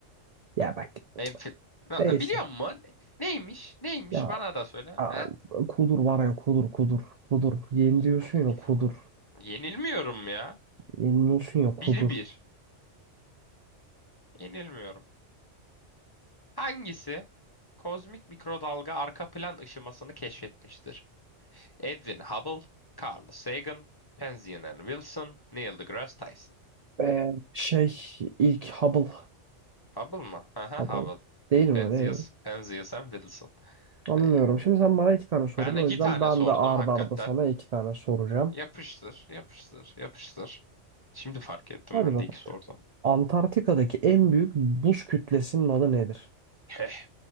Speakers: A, on the right (about 75°); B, on the left (about 25°).
A: Ya bak
B: Enf Na-
A: neyse.
B: biliyor musun? Neymiş? Neymiş?
A: Ya
B: Bana da söyle.
A: a-
B: Ha?
A: kudur var ya kudur kudur. Kudur. Yeni
B: Kuzu
A: diyorsun
B: Kudur
A: ya kudur.
B: falan. Yenilmiyorum ya.
A: Yeniliyorsun ya kudur.
B: bir bir Yenilmiyorum. Hangisi? Kozmik mikrodalga arka plan ışımasını keşfetmiştir. Edwin Hubble, Carl Sagan, Penzias and Wilson, Neil deGrasse Tyson.
A: Ee, şey ilk Hubble.
B: Hubble mı? Aha
A: Hubble.
B: Hubble.
A: Değil mi
B: Penzias,
A: öyle?
B: Penzias and Wilson.
A: Anlıyorum.
B: Öyle.
A: Şimdi sen bana iki tane sorun.
B: Ben iki
A: O yüzden
B: tane
A: ben
B: sordum
A: de ard
B: hakikaten.
A: arda sana iki tane soracağım.
B: Yapıştır, yapıştır, yapıştır. Şimdi fark ettim
A: Hadi
B: ben
A: bakalım.
B: de iki sordum.
A: Antarktika'daki en büyük buz kütlesinin adı nedir?
B: Heh,